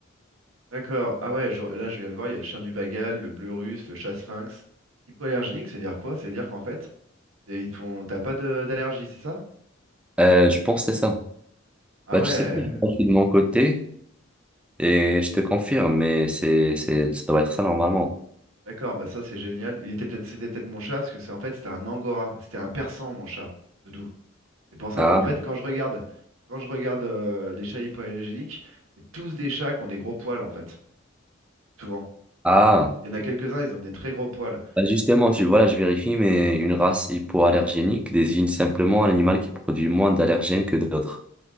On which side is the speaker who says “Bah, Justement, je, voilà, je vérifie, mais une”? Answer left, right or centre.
Centre